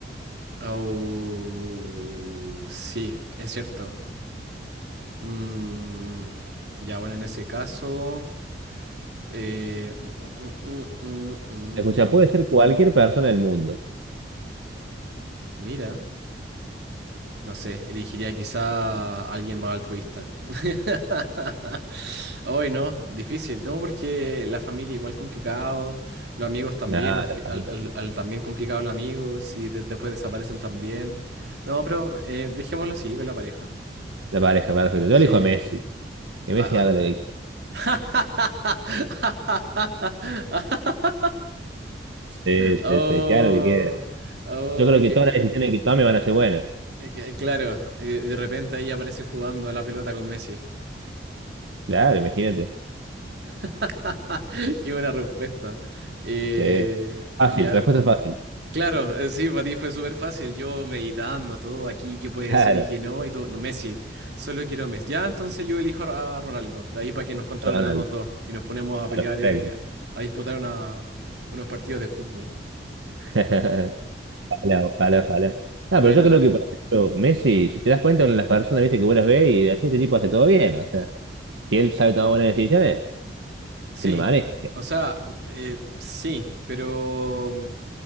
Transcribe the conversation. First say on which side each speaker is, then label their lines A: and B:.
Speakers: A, on the right; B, on the right.
A: au- sí, es cierto. Mm, ya, bueno, en ese caso. eh, mm, mm, mm, mm, mm,
B: Escucha, puede
A: mm.
B: ser cualquier persona del mundo.
A: Mira, no sé, elegiría quizá a alguien más altruista. <laughs> Hoy no, difícil, ¿no? Porque la familia igual complicado, los amigos también,
B: No,
A: al, fi-
B: la familia,
A: al- al- al también complicado los amigos, y de- después desaparecen también. No, pero eh, dejémoslo así, con la pareja.
B: la pareja, perfecto.
A: Sí.
B: Yo elijo a Messi, que Messi
A: Ah,
B: haga
A: ah.
B: lo que quiera,
A: <laughs>
B: sí, sí,
A: Oh,
B: sí, que haga lo que quiera.
A: oh,
B: Yo creo que
A: que,
B: todas las decisiones que tome van a ser buenas.
A: eh, que- eh, claro, eh, de repente ahí aparece jugando a la pelota con Messi.
B: Claro, imagínate.
A: <laughs> Qué buena respuesta. Eh,
B: Sí. Fácil,
A: ya.
B: respuesta fácil.
A: Claro, eh, sí, para ti fue súper fácil. Yo meditando todo aquí, qué puede
B: <laughs> Claro.
A: ser y qué no, y tú, no, Messi, solo quiero Messi. Ya, entonces yo elijo a Ronaldo, de ahí para que nos controlen
B: Ronaldo,
A: a los dos y nos ponemos a pelear,
B: perfecto.
A: eh, a disputar una- unos partidos de fútbol.
B: <laughs> Ojalá, ojalá, ojalá.
A: Buena,
B: No, pero yo creo
A: la-
B: que, por ejemplo, Messi, si te das cuenta, una de las personas, viste, que vos las ves y decís, este tipo hace todo bien. O sea, si él sabe tomar buenas decisiones,
A: Sí,
B: que me maneje.
A: o sea, eh, sí, pero mm,